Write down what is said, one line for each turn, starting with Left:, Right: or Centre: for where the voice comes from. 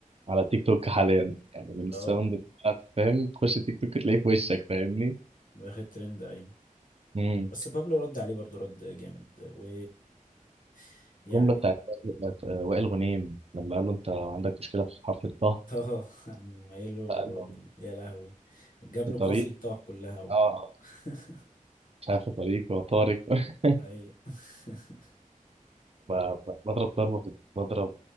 Right: على تيك توك حاليا يعني من الساوند
Left: اه
Right: بتاعت فاهم تخش تيك توك تلاقيه في وشك فاهمني
Left: واخد ترند ايوه
Right: امم
Left: بس بابلو رد عليه برضو رد جامد و <laughs> يعني
Right: الجمله بتاعت وائل وائل غنيم لما قال له انت عندك مشكله في حرف الطه
Left: <laughs> اه مايله
Right: فقال له
Left: ال- يا لهوي جاب
Right: في
Left: له
Right: طريق
Left: قافية طه كلها و...
Right: اه
Left: <laughs>
Right: مش عارف في طريق وطارق <laughs>
Left: أيوة. <laughs>
Right: ب- ب- بضرب ضربه في بضرب